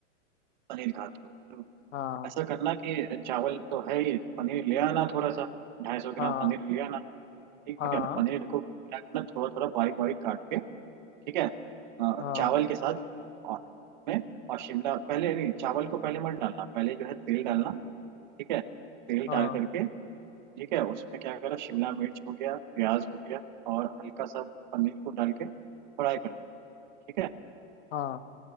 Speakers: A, on the right; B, on the left.
A: पनीर खाते हो तो
B: हाँ
A: ऐसा करना कि चावल तो है ही पनीर ले आना थोड़ा सा ढाई सौ ग्राम
B: हाँ
A: पनीर ले आना ठीक
B: हाँ
A: है पनीर को क्या करना थोड़ा थोड़ा बारीक बारीक काट के ठीक है अ,
B: हाँ
A: चावल के साथ और में और शिमला पहले नहीं चावल को पहले मत डालना पहले जो है तेल डालना ठीक है तेल
B: हाँ
A: डाल करके ठीक है उसमें क्या करा शिमला मिर्च हो गया प्याज हो गया और हल्का सा पनीर को डाल के फ्राई कर लिया ठीक है
B: हाँ